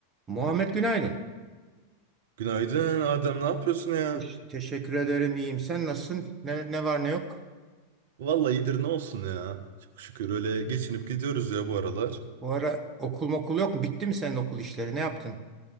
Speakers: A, on the right (about 20°); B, on the right (about 55°).
A: Muhammed günaydın.
B: Günaydın Adem, ne yapıyorsun ya?
A: Teş- Teşekkür ederim iyiyim. Sen nasılsın? Ne, ne var ne yok?
B: Vallahi iyidir ne olsun ya. Çok şükür öyle geçinip gidiyoruz ya bu aralar.
A: Bu ara okul okul yok mu? Bitti mi senin okul işleri? Ne yaptın?